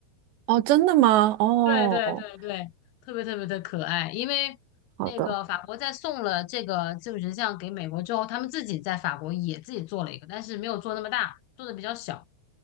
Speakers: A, on the right (about 85°); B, on the left (about 75°).
A: 哦，真的吗？哦，
B: 对对对对，特别特别的可爱。因为那个法国在送了这个技术神像给美国之后，
A: 好的，
B: 他们自己在法国也自己做了一个，但是没有做那么大，做的比较小。